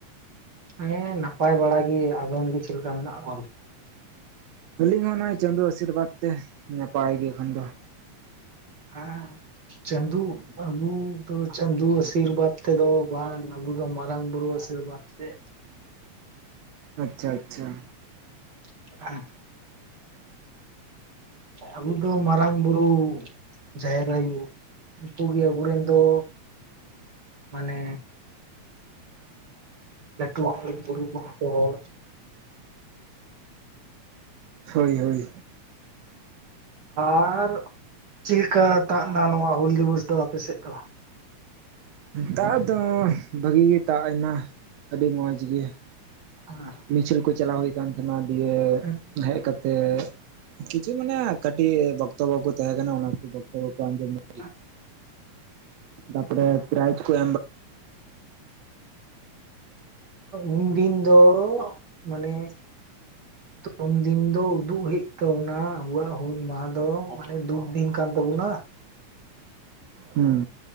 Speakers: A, on the right; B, on the right.
A: ᱦᱮᱸ ᱱᱟᱯᱟᱭ ᱵᱟᱲᱟ ᱜᱮ ᱟᱵᱮᱱ ᱜᱮ ᱪᱮᱫ ᱞᱮᱠᱟ ᱢᱮᱱᱟᱜ <inaudible>
B: ᱟᱹᱞᱤᱧ ᱦᱚᱸ ᱱᱚᱜᱼᱚᱭ ᱪᱟᱸᱫᱳ ᱟᱥᱤᱨᱵᱟᱫᱽ ᱛᱮ ᱱᱟᱯᱟᱭ ᱜᱮ ᱮᱠᱷᱚᱱ ᱫᱚ᱾
A: ᱦᱮᱸ ᱪᱟᱸᱫᱩ ᱵᱟᱵᱩ ᱫᱚ ᱪᱟᱸᱫᱩ ᱟᱥᱤᱨᱵᱟᱫᱽ ᱛᱮᱫᱚ ᱵᱟᱝ ᱟᱵᱚ ᱫᱚ ᱢᱟᱨᱟᱝ ᱵᱩᱨᱩ ᱟᱥᱤᱨᱵᱟᱫ ᱛᱮ᱾
B: ᱟᱪᱪᱷᱟ ᱟᱪᱪᱷᱟ
A: <inaudible> ᱟᱵᱚ ᱫᱚ ᱢᱟᱨᱟᱝ ᱵᱩᱨᱩ ᱡᱟᱦᱮᱨ ᱟᱭᱩ ᱩᱱᱠᱩ ᱜᱮ ᱟᱵᱚᱨᱮᱱ ᱫᱚ ᱢᱟᱱᱮ ᱞᱟᱹᱴᱷᱩ ᱵᱩᱨᱩ ᱠᱚᱦᱚ ᱠᱚ ᱦᱚᱲ <unintelligible>
B: ᱦᱳᱭ ᱦᱳᱭ
A: ᱟᱨ ᱪᱤᱞ ᱞᱤᱠᱟ ᱛᱟᱵᱱᱟ ᱱᱚᱣᱟ ᱦᱩᱞ ᱫᱤᱵᱚᱥ ᱫᱚ ᱟᱯᱮᱥᱮᱫ ᱫᱚ? <inaudible>
B: ᱫᱟᱜ ᱫᱚ ᱵᱷᱟᱹᱜᱤ ᱜᱮ ᱫᱟᱜ ᱮᱱᱟ ᱟᱹᱰᱤ ᱢᱚᱸᱡᱽ ᱜᱮ
A: ᱦᱮᱸ
B: ᱢᱤᱪᱷᱤᱞ ᱠᱚ ᱪᱟᱞᱟᱣ ᱦᱩᱭ ᱠᱟᱱ ᱛᱟᱦᱮᱸᱱᱟ ᱫᱤᱭᱮ
A: ᱦᱮᱸ
B: ᱦᱮᱡ ᱠᱟᱛᱮᱜ ᱠᱤᱪᱷᱩ ᱢᱟᱱᱮ ᱠᱟᱹᱴᱤᱡ ᱵᱚᱠᱛᱚᱵᱚ ᱠᱚ ᱛᱟᱦᱮᱸ ᱠᱟᱱᱟ ᱚᱱᱟ ᱠᱚ ᱵᱚᱠᱛᱚᱵᱚ ᱠᱚ ᱟᱸᱡᱚᱢ
A: ᱦ
B: ᱛᱟᱯᱚᱨᱮ ᱯᱨᱟᱭᱡ ᱠᱚ ᱮᱢᱵᱟ
A: ᱩᱱᱫᱤᱱ ᱫᱚ- ᱢᱟᱱᱮ- ᱛᱚ ᱩᱱᱫᱤᱱ ᱫᱚ ᱩᱫᱩᱜ ᱦᱩᱭᱩᱜ ᱛᱟᱵᱚᱱᱟ ᱟᱵᱩᱣᱟᱜ ᱦᱩᱞ ᱢᱟᱦᱟ ᱫᱚ ᱢᱟᱱᱮ ᱫᱩᱠ ᱫᱤᱱ ᱠᱟᱱ ᱛᱟᱵᱚᱱᱟ᱾
B: ᱦᱩᱸ